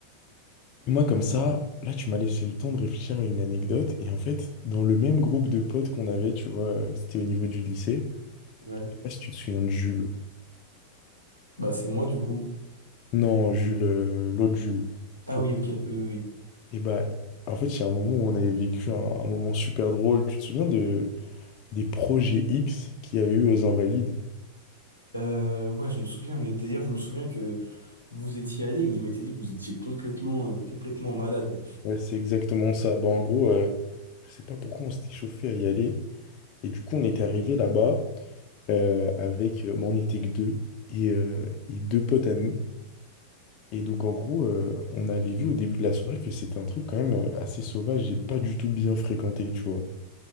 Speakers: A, on the left; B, on the right.
A: Moi, comme ça, là, tu m'as laissé le temps de réfléchir à une anecdote. Et en fait, dans le même groupe de potes qu'on avait, tu vois, euh, c'était au niveau du lycée.
B: Ouais.
A: Je sais pas si tu te souviens de Jules.
B: Bah, c'est moi, du coup.
A: Non, Jules, euh, l'autre Jules.
B: Ah
A: tu vois.
B: oui, ok, oui, oui. oui.
A: Et bah, en fait, il y a un moment où on avait vécu un, un moment super drôle. Tu te souviens de, des projets X qu'il y avait eu aux Invalides?
B: Euh, ouais, je me souviens, mais d'ailleurs, je me souviens que vous étiez allé et que je m'étais dit que vous étiez complètement, euh, complètement malade.
A: Ouais, c'est exactement ça. Bah, en gros, euh, je sais pas pourquoi on s'était chauffé à y aller. Et du coup, on était arrivé là-bas euh, avec. euh, bah, on était que deux et, euh, et deux potes à nous. Et donc, en gros, euh, on avait vu au début de la soirée que c'était un truc quand même euh, assez sauvage et pas du tout bien fréquenté, tu vois.